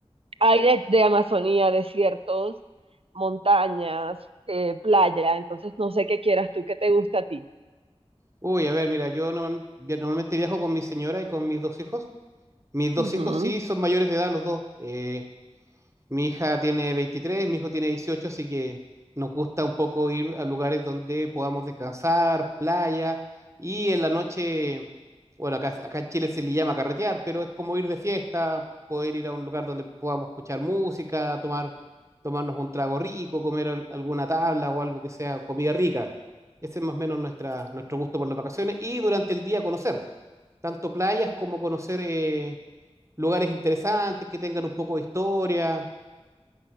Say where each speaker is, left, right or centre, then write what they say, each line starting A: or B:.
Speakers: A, on the right; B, on the right.
A: hay de, de Amazonía, desiertos, montañas, eh, playa, entonces no sé qué quieras tú, qué te gusta a ti.
B: Uy, a ver, mira, yo normal- via- normalmente viajo con mi señora y con mis dos hijos. Mis dos
A: Ujú.
B: hijos sí son mayores de edad los dos. eh, mi hija tiene 23, mi hijo tiene 18, así que nos gusta un poco ir a lugares donde podamos descansar, playa, y en la noche, bueno, acá, acá en Chile se le llama carretear, pero es como ir de fiesta, poder ir a un lugar donde podamos escuchar música, tomar, tomarnos un trago rico, comer al- alguna tabla o algo que sea comida rica. Ese es más o menos nuestra, nuestro gusto por las vacaciones y durante el día conocer, tanto playas como conocer eh, lugares interesantes que tengan un poco de historia